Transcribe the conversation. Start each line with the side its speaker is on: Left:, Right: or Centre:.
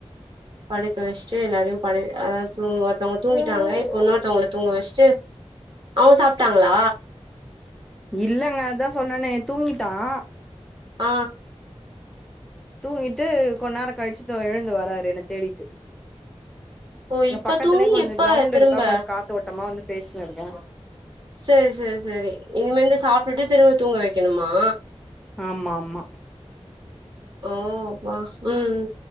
Right: படுக்க வச்சிட்டு எல்லாரையும் படு அதாவது தூங்க ஒருத்தவங்க தூங்கிட்டாங்க
Centre: ம்
Right: இப்ப இன்னொருத்தவங்கள தூங்க வச்சிட்டு அவுங்க சாப்ட்டாங்களா
Centre: இல்லங்க அதான் சொன்னனே தூங்கிட்டான்
Right: ஆ
Centre: தூங்கிட்டு கொன்னநேர கழிச்சு எழுந்து வராரு என்ன தேடிட்டு
Right: ஓ
Centre: இங்க
Right: இப்ப
Centre: பக்கத்துலேயே
Right: தூங்கி
Centre: கொஞ்ச
Right: எப்ப
Centre: கிரௌண்ட்
Right: திரும்ப
Centre: இருக்கா கொஞ்ச காத்தோட்டமா வந்து பேசின்னுருக்கே
Right: சரி சரி சரி இனிமேந்தா சாப் விட்டு திரும்ப தூங்க வைக்கணுமா
Centre: ஆமா ஆமா
Right: ஓமா உம்